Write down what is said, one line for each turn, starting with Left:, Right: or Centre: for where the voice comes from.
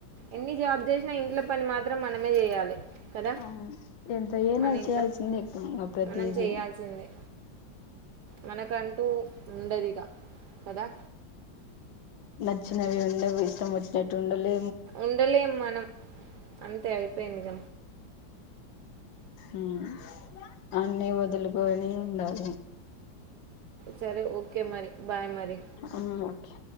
Right: ఎన్ని జాబ్ చేసిన ఆహా ఇంట్లో పని మాత్రం మనమే చేయాలి కదా
Left: అవును ఎంత ఏనాది
Right: మన ఇంట్లో
Left: చేయాల్సింద ఎక్ ఇంగ ప్రతీది
Right: మనం చేయాల్సిందే మనకంటూ ఉండది ఇగ కదా.
Left: అ నచ్చినవి ఉండవి ఇష్టం మోచ్చనట్ ఉండలు
Right: ఉండలేం మనం అంతే అయిపోయిందిక
Left: ఉం అన్ని వదులుకోని ఉం
Right: సరే ఓకే మరి బాయ్ మరి
Left: ఊమ్ ఓకే